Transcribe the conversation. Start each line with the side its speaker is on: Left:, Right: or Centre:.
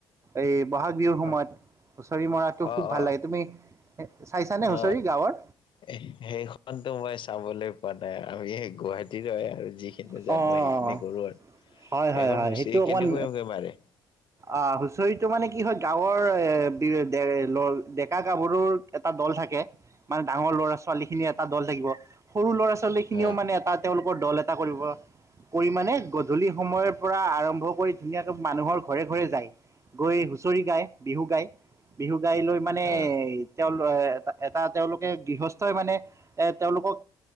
Right: এই ব'হাগ বিহুৰ সময়ত
Left: অ
Right: হুঁচৰি মৰাটো
Left: অ
Right: খুব ভাল
Left: অ
Right: লাগে তুমি চাইছানে
Left: অ
Right: হুঁচৰি গাঁৱৰ
Left: সেইখনতো মই চাবলৈ পোৱাৰ নাই আৰু গুৱাহাটী হয় আৰু যিখিনি
Right: অ
Left: জানো সেইখিনি
Right: অ
Left: কৰো আৰু
Right: হয় হয়
Left: এখন
Right: হয়
Left: হৈছে
Right: সেইটো অকণমান
Left: কেনেকুৱাকে মাৰে
Right: অ হুচৰিটো মানে কি হয় গাঁৱৰ এ লল ডেকা গাভৰুৰ এটা দল থাকে। মানে ডাঙৰ ল'ৰা ছোৱালী খিনি ইয়াত এটা দল থাকিব সৰু ল'ৰা ছোৱালী খিনিও
Left: আহ
Right: মানে এটা তেওঁলোক দল এটা কৰিব। কৰি মানে গধূলি সময়ৰ পৰা আৰম্ভ কৰি ধুনীয়াকে মানুহৰ ঘৰে ঘৰে যায়। গৈ হুঁচৰি গায়, বিহু গায়। বিহু গাই লৈ মানে
Left: আহ
Right: তেওঁ ল এটা তেওঁলোকে গৃহস্থই মানে এ তেওঁলোকক